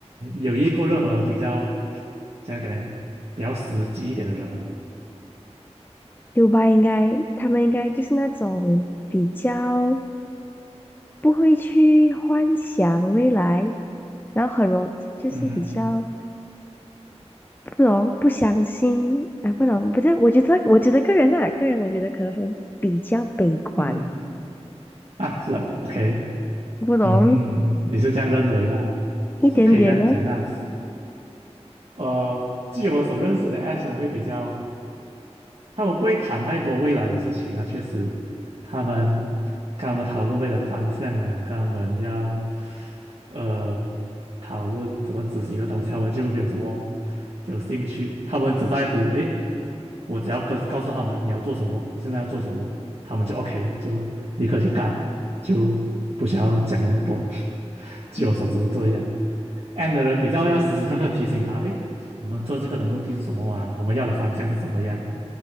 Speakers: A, on the right; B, on the left.
A: 有一个任何比较怎样讲呢，比较实际一点的人嘛，
B: U 吧？应该他们应该就是那种比较不会去幻想未来，然后很容就是比较
A: 嗯
B: 不容不相信啊，不懂不对，我觉得我觉得个人啊，个人我觉得可能他们比较悲观，
A: 嗯啊，是啊，OK。
B: 不懂
A: 嗯，你是这样认为啦，
B: 一点点哦。
A: 是可以这样讲那，呃，据我所认识的 S 人会比较，他们不会谈太多未来的事情啊，确实，他们跟他们讨论未来的方向啊，跟他们要呃讨论怎么执行的东西，他们就没有什么有兴趣，他们只在乎诶我只要告告诉他们你要做什么，你现在要做什么，他们就 OK，就立刻去干，就不想要讲那么多。<laughs> 据我所知是这样
B: 嗯
A: ，N a 的人比较要时时刻刻提醒他，诶，我们做这个的目的是什么啊？我们要的方向是怎么样？